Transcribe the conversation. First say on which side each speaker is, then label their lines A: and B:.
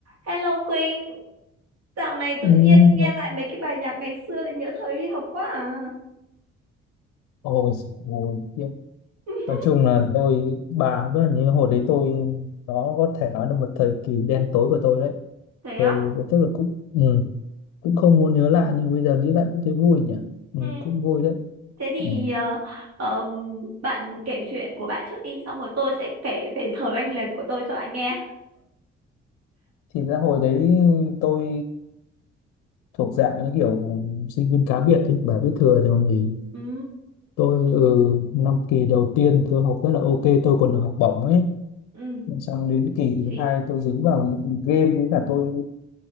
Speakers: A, on the right; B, on the left.
A: Hello Khuynh, dạo này tự
B: Ừ,
A: nhiên nghe
B: vậy.
A: lại mấy cái bài nhạc ngày xưa lại nhớ thời đi học quá à.
B: Ôi, giời ôi, khiếp.
A: <laughs>
B: nói chung là tôi bà cũng biết là như hồi đấy tôi đó có thể nói là một thời kỳ đen tối của tôi đấy
A: Thế
B: tôi
A: á?
B: tức là cũng ừ, cũng không muốn nhớ lại nhưng bây giờ nghĩ lại cũng thấy vui nhỉ ừ,
A: Ừ.
B: cũng vui đấy
A: Thế thì
B: ừ.
A: ờ, ờm, bạn kể chuyện của bạn trước đi, xong rồi tôi sẽ kể về thời oanh liệt của tôi cho bạn nghe.
B: thì ra hồi đấy tôi thuộc dạng như kiểu sinh viên cá biệt ấy bà biết thừa rồi còn gì
A: Ừ,
B: tôi ừ, năm kỳ đầu tiên tôi học rất là ok tôi còn được học bổng ấy
A: ừ,
B: xong đến kỳ thứ
A: xị,
B: hai tôi dính vào game với cả tôi